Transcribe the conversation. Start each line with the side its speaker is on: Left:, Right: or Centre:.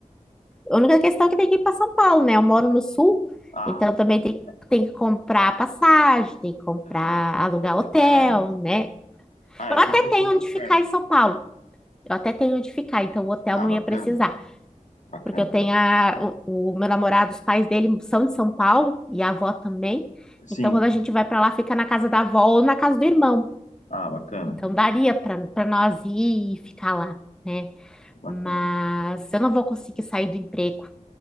Centre: a única questão é que tem que ir para São Paulo, né? Eu moro no sul,
Left: Ah,
Centre: então também
Left: sim.
Centre: tem, tem que comprar passagem, tem que comprar,
Left: Ah,
Centre: alugar hotel,
Left: verdade.
Centre: né?
Left: Ah,
Centre: Eu
Left: eu
Centre: até
Left: tô um pouquinho
Centre: tenho
Left: mais
Centre: onde ficar
Left: perto.
Centre: em São Paulo. Eu até tenho onde ficar, então o hotel
Left: Ah,
Centre: não
Left: bacana,
Centre: ia precisar.
Left: bacana.
Centre: Porque eu tenho a, o, o meu namorado, os pais dele são de São Paulo e a avó também.
Left: Sim.
Centre: Então, quando a gente vai para lá, fica na casa da avó ou na casa do irmão.
Left: Ah, bacana,
Centre: Então, daria para para nós ir e ficar lá, né?
Left: bacana.
Centre: Mas eu não vou conseguir sair do emprego